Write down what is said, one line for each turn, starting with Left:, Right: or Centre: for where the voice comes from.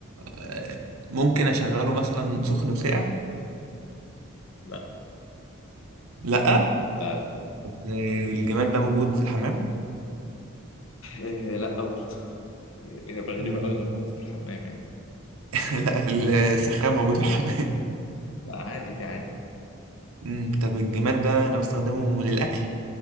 Right: آه، ممكن أشغله مثلا سخن وساقع
Left: لا
Right: لأ
Left: لا لا
Right: آه، الجماد ده موجود في الحمام
Left: آه لا برضه يعني هيبقى غريبه
Right: مم.
Left: قوي لما كنت في الحمام يعني
Right: <laughs> لأ السخان موجود في الحمام
Left: لا عادي دي عادي
Right: <laughs> مم. طب الجماد ده أنا بستخدمه للأكل